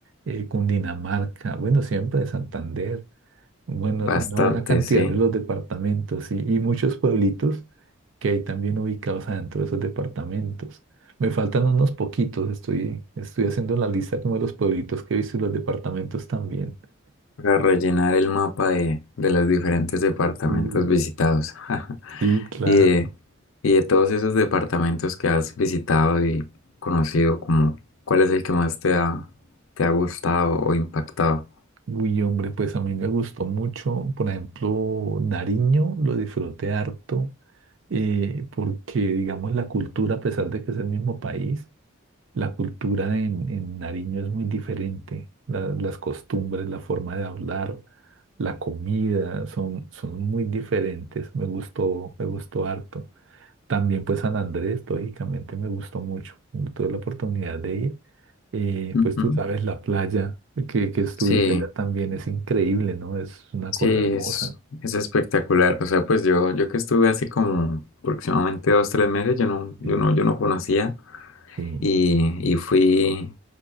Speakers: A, on the right; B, on the left.
A: eh, Cundinamarca, bueno, siempre de Santander, bueno,
B: bastante,
A: una buena cantidad
B: sí,
A: de los departamentos y, y muchos pueblitos que hay también ubicados adentro de esos departamentos. Me faltan unos poquitos, estoy, estoy haciendo la lista como de los pueblitos que he visto y los departamentos también.
B: para rellenar el mapa de de los diferentes departamentos
A: Sí.
B: visitados. <laughs>
A: Sí, claro.
B: Y de, y de todos esos departamentos que has visitado y conocido, como, ¿cuál es el que más te ha, te ha gustado o impactado?
A: Uy, hombre, pues a mí me gustó mucho, por ejemplo, Nariño, lo disfruté harto, eh, porque digamos la cultura, a pesar de que es el mismo país, la cultura en, en Nariño es muy diferente. La- las costumbres, la forma de hablar, la comida, son, son muy diferentes. Me gustó, me gustó harto. También pues San Andrés, lógicamente, me gustó mucho. Tuve la oportunidad de ir. Eh,
B: Ujú.
A: pues tú sabes, la playa que, que estuviste
B: Sí,
A: allá también es increíble, ¿no? Es una
B: sí,
A: cosa hermosa.
B: es, es espectacular. O sea, pues yo, yo que estuve hace como aproximadamente dos, tres meses, yo no, yo
A: Sí,
B: no, yo no conocía
A: sí.
B: y, y fui,